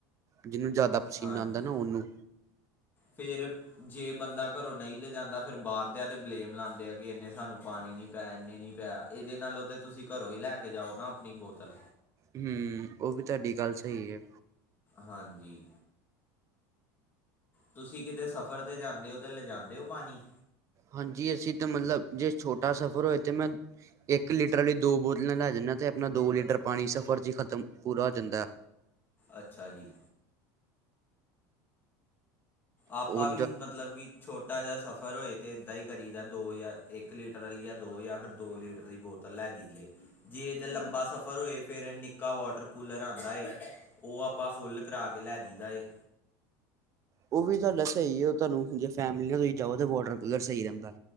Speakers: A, on the right; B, on the left.
A: ਜਿਹਨੂੰ ਜ਼ਿਆਦਾ ਪਸੀਨਾ
B: ਹਾਂਜੀ
A: ਆਂਦਾ ਨਾ ਉਹ ਨੂੰ
B: ਫਿਰ ਜੇ ਬੰਦਾ ਘਰੋਂ ਨਹੀਂ ਲੈ ਜਾਦਾ ਫਿਰ ਬਾਹਰਦਿਆਂ ਤੇ ਬਲੇਮ ਲਾਦੇ ਕਿ ਇੰਨੇ ਸਾਨੂੰ ਪਾਣੀ ਨੀ ਪੈ ਇਨੇ ਨੀ ਪੈ ਆਇਆ ਇਹਦੇ ਨਾਲੋਂ ਤੇ ਤੁਸੀਂ ਘਰੋਂ ਹੀ ਲੈ ਕੇ ਜਾਓ ਨਾ ਆਪਣੀ ਬੋਤਲ।
A: ਹੂੰ ਉਹ ਵੀ ਤੁਹਾਡੀ ਗੱਲ ਸਹੀ ਏ।
B: ਹਾਂਜੀ। ਤੁਸੀਂ ਕਿਤੇ ਸਫ਼ਰ ਤੇ ਜਾਂਦੇ ਹੋ ਤੇ ਲੈਜਾਦੇ ਹੋ ਪਾਣੀ।
A: ਹਾਂਜੀ ਅਸੀਂ ਤਾਂ ਮਤਲਬ ਜੇ ਛੋਟਾ ਸਫ਼ਰ ਹੋਏ ਤੇ ਮੈਂ ਇੱਕ ਲੀਟਰ ਆਲੀ ਦੋ ਬੋਤਲਾਂ ਲੈ ਜਾਣਾ ਤੇ ਆਪਣਾ ਦੋ ਲੀਟਰ ਪਾਣੀ ਸਫ਼ਰ ਚ ਹੀ ਖਤਮ ਪੂਰਾ ਹੋ ਜਾਂਦਾ ਹੈ।
B: ਅੱਛਾ ਜੀ ਆਪਾ
A: ਉਹ
B: ਵੀ ਮਤਲਬ ਕਿ ਛੋਟਾ ਜਿਹਾ ਸਫ਼ਰ ਹੋਏ ਤੇ ਏਦਾਂ ਹੀ ਕਰੀਦਾ ਦੋ ਜਾਂ ਇੱਕ ਲੀਟਰ ਆਲੀ ਜਾਂ ਦੋ ਜਾਂ ਫਿਰ ਦੋ ਲੀਟਰ ਦੀ ਬੋਤਲ ਲੈ ਜੀਦੀ ਏ ਜੇ ਤੇ ਲੰਬਾ ਸਫ਼ਰ ਹੋਏ ਫੇਰ ਨਿੱਕਾ ਵਾਟਰ ਕੂਲਰ ਆਦਾ ਏ। ਉਹ ਆਪਾਂ ਫੁੱਲ ਕਰਾ ਕੇ ਲੈ ਜੀਦਾ ਏ।
A: ਉਹ ਵੀ ਤੁਹਾਡਾ ਸਹੀ ਏ ਤੁਹਾਨੂੰ ਜੇ ਫੈਮਲੀ ਨਾਲ ਤੁਸੀਂ ਜਾਓ ਤਾਂ ਵੋਟਰ ਕੂਲਰ ਸਹੀ ਰਹਿੰਦਾ।